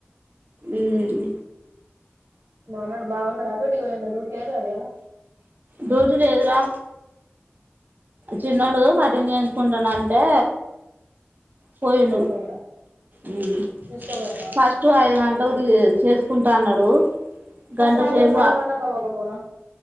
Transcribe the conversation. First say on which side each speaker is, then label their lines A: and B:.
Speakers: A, on the right (about 45°); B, on the right (about 85°).
A: ఉమ్
B: బాగున్నాడు బాగున్నాడు అ డ్యూటే పోయిండు డ్యూటే <unintelligible>
A: డ్యూటీ లేదురా చిన్నోడు పఠం చేయించుకుంటాన అంటే పోయిండు
B: తీసుకుపోయిండా
A: ఉమ్
B: తీసుకుపోయిండా
A: ఫస్ట్ హ్మ్మ్ అఐ ది చేసుకుంటా అన్నాడు
B: మా
A: గంట
B: సాయంత్రం
A: సేపు
B: సల పడ్నక పోక పోనా